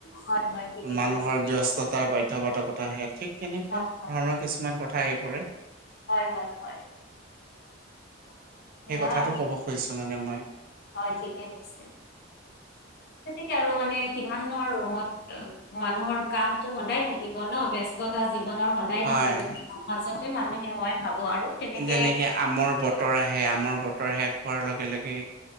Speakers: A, on the left; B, on the right.
A: হয় হয় ঠিকে
B: মানুহৰ
A: কৈছে
B: ব্যস্ততাৰ বাধ্যবাধকতা আহে ঠিক তেনেকুৱা
A: হয় হয়
B: ধৰণৰ কিছুমান কথা আহি পৰে।
A: হয় হয় হয় <unintelligible>
B: সেই
A: আৰু
B: কথাটো ক'ব খুজিছো মানে মই
A: হয় ঠিকেই নিশ্চয় তেনেকে আৰু মানে কিমাননো আৰু ৰুমত মানুহৰ কামটো সদায় থাকিব ন। ব্যস্ততা জি জীৱনৰ সদায়
B: হয়।
A: থাকিব মাজতে মানুহে মই ভাবো আৰু তেনেকে
B: যেনেকে আমৰ বতৰ আহে আমৰ বতৰ শেষ হোৱাৰ লগে লগে